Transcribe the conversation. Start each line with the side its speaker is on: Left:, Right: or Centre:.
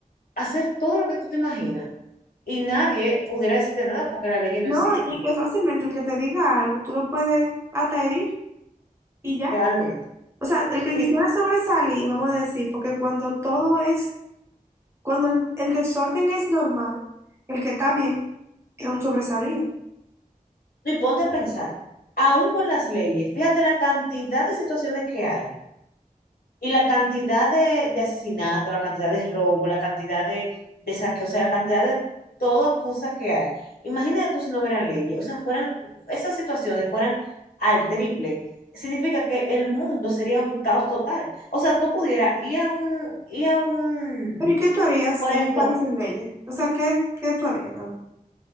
Left: hacer todo lo que tú te imaginas y nadie pudiera decirte nada porque las leyes no
Right: No,
Left: existen,
Right: y que fácilmente el que te diga algo, tú lo puedes hasta herir y ya.
Left: realmente.
Right: O sea, el que
Left: Sí,
Right: quisiera sobresalir, vamos a decir, porque cuando todo es, cuando el, el desorden es normal, el que está bien es un sobresalido.
Left: y ponte a pensar, aún con las leyes, fíjate la cantidad de situaciones que hay Y la cantidad de, de asesinato, la cantidad de robo, la cantidad de, de saqueo, o sea, la cantidad de toda cosa que hay. Imagínate tú si no hubieran leyes, o sea, fueran, esas situaciones fueran al triple. Significa que el mundo sería un caos total. O sea, tú pudieras ir a un, ir a un,
Right: Pero ¿y qué tú harías
Left: por
Right: en
Left: ejemplo,
Right: un país sin leyes? O sea, ¿qué, qué tú harías también?